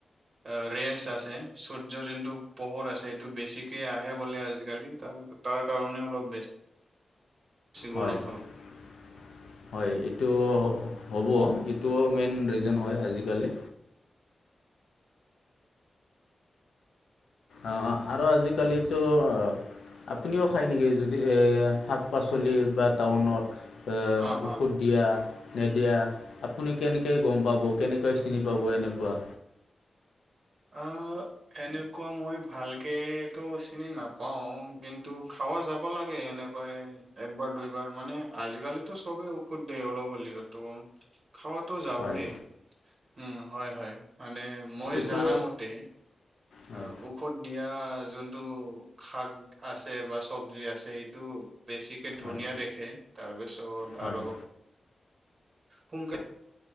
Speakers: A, on the right; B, on the left.
A: অ ৰেচ আছে সূৰ্যৰ যোনটো পোহৰ আছে সেইটো বেছিকে আহে বোলে আজিকালি ত তাৰ কাৰণে অলপ বেছি বেছি
B: হয়
A: গৰম হল
B: <inaudible> হয় এইটো হ'ব এইটোও মেইন ৰিজন হয় আজিকালি। অ আৰু আজিকালিতো আহ আপুনিও খায় নেকি যদি শাক -পাচলি বা টাউনত
A: অ
B: ঔষধ
A: অ
B: দিয়া। নিদিয়া আপুনি কেনেকৈ গম পাব কেনেকৈ চিনি পাব এনেকোৱা।
A: অহ এনেকোৱা মই ভালকেটো চিনি নাপাও কিন্তু খাৱ যাব লাগে এনেকৈয়ে একবাৰ। দুইবাৰ মানে আজিকালিটো চবে ঔষুধ দিয় অলপ হ'লেওতো। খাবাতো যাবয়ে
B: হয়
A: উম হয় হয় মানে মই
B: এইটো
A: জানা মতে
B: হয়
A: অ ঔষধ দিয়া যোনটো। শাক আছে বা চবজি আছে সেইটো বেছিকে ধুনীয়া
B: হয়
A: দেখে তাৰ পিছত ত'
B: হয়
A: আৰু।
B: হয়
A: সোনকালে